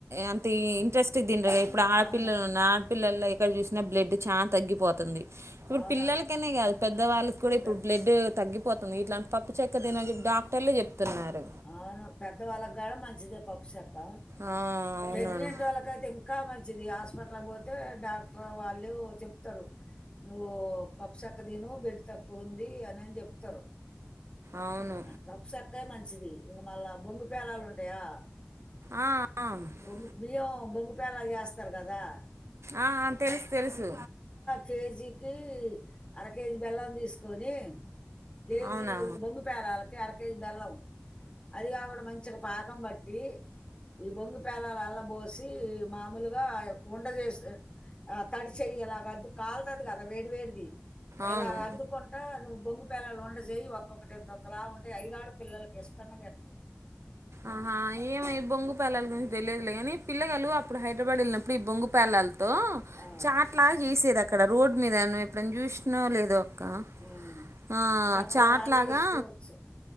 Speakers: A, on the right; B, on the left.
A: అంత ఇంట్రెస్ట్ తినరుగా ఇప్పుడు ఆ
B: అవును
A: పిల్లలు నా పిల్లల్లో ఎక్కడ చూసినా బ్లడ్ చాన్ తగ్గిపోతంది ఇప్పుడు
B: అవును
A: పిల్లలకు అనే కాదు పెద్ద వాళ్ళకి కూడా ఇప్పుడు
B: పెద్ద
A: బ్లెడ్ తగ్గిపోతుంది ఇట్లాంటి పప్పు చెక్క తిను అని చెప్పి డాక్టర్లే చెప్తున్నారు
B: అవును పెద్దవాళ్ళకి కాడ మంచిదే పప్పుసెక్క
A: ఆ అవునవును
B: ప్రెగ్నెంట్ వాళ్ళకైతే ఇంకా మంచిది హాస్ప్ పెటలకు పోతే డాక్టర్ వాళ్ళే చెపుతారు నువ్వు పప్పు చెక్క తిను బెడ్ తక్కువుంది అని అని చెప్తారు
A: అవును
B: పప్పు చక్కే మంచిది ఇంగ మళ్ళ బొంగు పేలాలు ఉంటాయా
A: ఆ ఆ
B: బొంగు బియ్యం బొంగు పేలాలు చేస్తారు కదా
A: ఆ ఆ తెలుసు తెలుసు
B: కే జీ కి అర కే జీ బెల్లం తీసుకొని కే
A: అవునా
B: జీ బొంగు పేలాలకి అర కే జీ బెల్లం అది కాకుండా మంచిగా పాకం బట్టి ఈ బొంగు పేలాల అల్ల పోసి మామూలుగా ఉండ చేస్ ఆ తడి చెయ్యి ఇలాగ అద్దు కాలతాది కదా వేడి వేడిది ఇలాగ
A: అవును
B: అద్దుకుంటా నువ్వు బొంగు పేలాలు ఉండ చెయ్యి ఒక్కొక్కటి ఇంతంత లావు ఉంటాయి అయి గాడ పిల్లలకి ఇష్ట <unintelligible>
A: ఆహా ఏమో ఈ బొంగు పేలాలు గురించి తెలియదు లే గానీ పిల్లగాళ్ళు అప్పుడు హైడ్రబాడ్ ఎళ్ళినప్పుడు ఈ బొంగు పేలాలు తో
B: ఆ.
A: చాట్ లాగా చేసేది అక్కడ రోడ్ మీద నువ్వు ఎప్పుడన్నా చూసినావో లేదో కా
B: ఆ.
A: ఆ
B: చెక్కలు
A: చాట్
B: కూడా
A: లాగా
B: చేసుకోవచ్చు